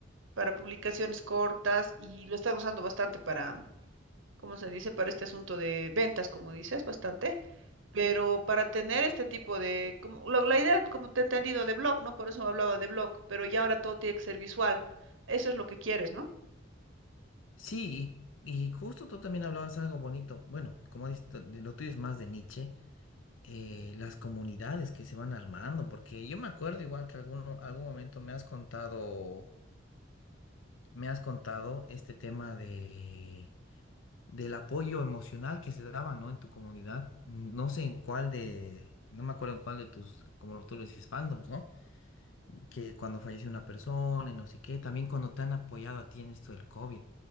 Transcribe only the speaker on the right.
para publicaciones cortas y lo están usando bastante para como se dice, para este asunto de ventas, como dices, bastante, pero para tener este tipo de, como, lo- la idea, como te he entendido, de blog, ¿no? Por eso hablaba de blog, pero ya ahora todo tiene que ser visual. Eso es lo que quieres, ¿no?